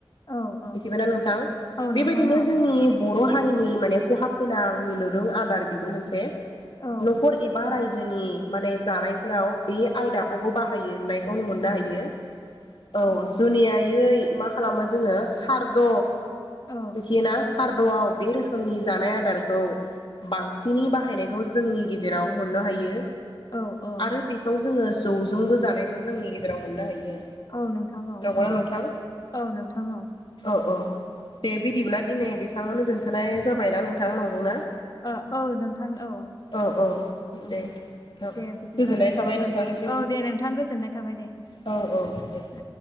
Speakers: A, on the left (about 45°); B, on the left (about 60°).
A: औ औ
B: मिथिबायना नोंथां?
A: औ
B: बेबायदिनो
A: नोंथां औ
B: जोंनि
A: औ
B: बर' हारिनि माने खहाब गोनां मिलौदु आदार बेबो मोनसे
A: औ
B: न'खर एबा रायजोनि माने जानायफोराव बे आयदाखौबो बाहायोनायखौ मोननो हायो। औ जुनियायै मा खालामो जोङो सारद'
A: औ
B: मिथियोना सारद'आव बे रोखोमनि जानाय आ दारखौ बांसिनै बाहायनायखौ जोंनि गेजेराव मोननो हायो।
A: औ ओ
B: आरो बेखौ जोङो जौजोंबो जानायखौ जोंनि गेजेराव मोननो हायो।
A: औ नोंथां औ
B: नंगौना
A: ओ
B: नोंथां
A: औ नोंथां औ उम
B: औ दे बिदिब्ला दिनै बेसाङावनो दोनथ'नाय जाबायना नोंथां, नंगौना?
A: ओ औ नोंथां औ
B: औ
A: औ
B: दे नोंथां
A: दे बिदिब्ला
B: गोजोननाय
A: नोंथां
B: थाबाय नोंथांनिसिम
A: ओ औ दे नोंथां गोजोननाय थाबाय दे
B: औ औ दे
A: ओं